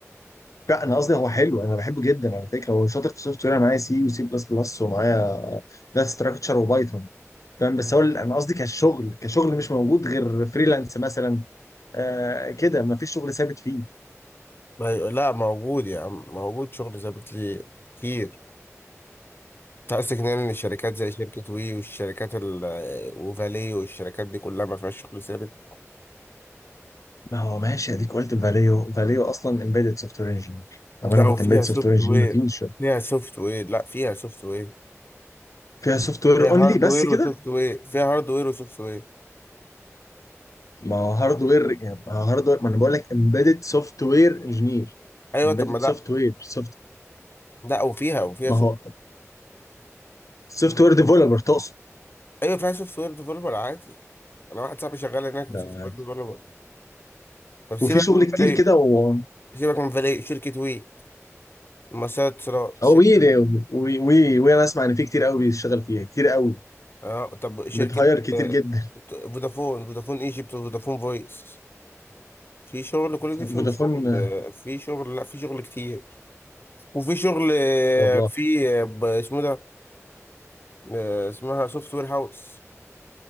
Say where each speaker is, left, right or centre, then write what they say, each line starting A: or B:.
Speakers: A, on the left; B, on the left.
A: لا انا قصدي هو حلو انا بحبه جدا على فكره هو شاطر في السوفت وير انا معايا سي وسي بلس بلس ومعايا داتا ستراكشر وبايثون فاهم بس هو ال- انا قصدي كشغل كشغل مش موجود غير فريلانس مثلا آه كده ما فيش شغل ثابت فيه
B: ما ي- لا موجود يا عم موجود شغل ظابط لي كتير انت قصدك يعني الشركات زي شركة وي والشركات ال- وفالي والشركات دي كلها ما فيهاش شغل ثابت
A: ما هو ماشي اديك قلت فاليو فاليو اصلا امبيدد سوفت وير انجينير طب انا
B: لا
A: كنت
B: وفيها
A: امبيدد سوفت
B: سوفت
A: وير انجينير
B: وير
A: ما فيش
B: فيها سوفت وير لا فيها سوفت وير
A: فيها سوفت وير
B: فيها
A: اونلي
B: هارد
A: بس
B: وير
A: كده
B: وسوفت وير فيها هارد وير وسوفت وير
A: ما هو هاردوير يعني ما هو هاردوير ما انا بقول لك امبيدد سوفت وير انجينير
B: ايوه
A: امبيدد
B: طب ما لا
A: سوفت وير سوفت
B: لا وفيها وفيها
A: ما
B: سوفت
A: هو سوفت وير ديفلوبر تقصد
B: ايوه فيها سوفت وير ديفلوبر عادي انا واحد صاحبي شغال هناك
A: ده.
B: سوفت وير ديفلوبر طب سيبك
A: وفي شغل
B: من
A: كتير
B: فالي
A: كده و
B: سيبك من فالي شركة وي ومسار اتصالات
A: او
B: شركة
A: وي وي وي وي انا اسمع ان في كتير قوي بيشتغل فيها كتير قوي
B: اه طب شركة
A: بتهاير كتير
B: آه،
A: جدا
B: فودافون فودافون ايجيبت وفودافون فويس في شغل كل
A: فودافون
B: دي فيهم شغل
A: آه،
B: آه، في شغل لا في شغل كتير وفي شغل آه،
A: والله
B: في آه، ب- اسمه ده آه، اسمها سوفت وير هاوس